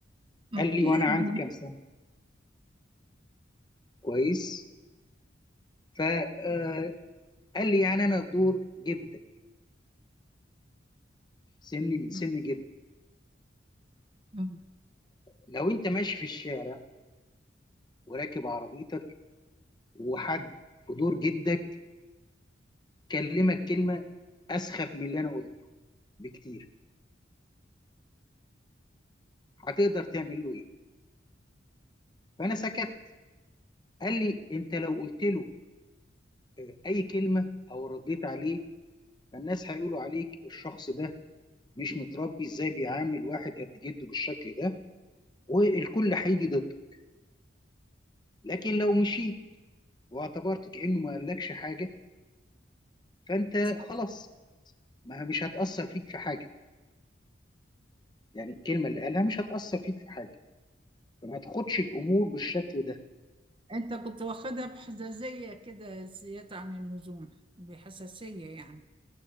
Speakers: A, on the right; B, on the left.
A: مم.
B: قال لي
A: يعني
B: وانا عندي كام سنه كويس فقال لي يعني انا في دور جدا سني من
A: مم.
B: سن جدا
A: مم.
B: لو انت ماشي في الشارع وراكب عربيتك وحد في دور جدك كلمك كلمه اسخف من اللي انا قلته بكتير هتقدر تعمل له ايه فانا سكت قال لي انت لو قلت له آه، اي كلمه او رديت عليه فالناس هيقولوا عليك الشخص ده مش متربي ازاي بيعامل واحد قد جده بالشكل ده والكل هيجي ضدك لكن لو مشيت واعتبرت كأنه ما قالكش حاجة فأنت
A: صح.
B: خلاص ما مش هتأثر فيك في حاجة يعني الكلمة اللي قالها مش هتأثر فيك في حاجة فما تاخدش الأمور بالشكل ده
A: انت كنت واخدها بحساسية كده زيادة عن اللزوم بحساسية يعني